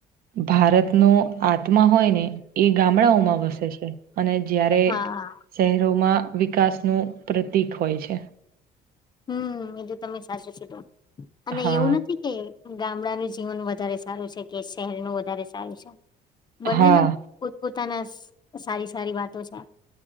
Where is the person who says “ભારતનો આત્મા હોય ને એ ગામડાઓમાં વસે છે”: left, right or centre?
Right